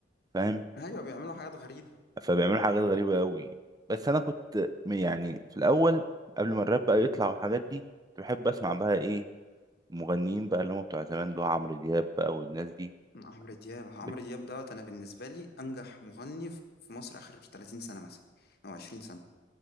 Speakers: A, on the right (about 20°); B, on the left (about 60°).
A: فاهم
B: ايوه بيعملوا حاجات غريبه
A: فبيعملوا حاجات غريبه قوي بس انا كنت م- يعني في الاول قبل ما الراب بقى يطلع والحاجات دي كنت بحب اسمع بقى ايه مغنيين بقى اللي هم بتوع زمان اللي هو عمرو دياب بقى والناس دي
B: عمرو دياب عمرو
A: بت-
B: دياب دوت انا بالنسبه لي انجح مغني في في مصر اخر 30 سنه مثلا او 20 سنه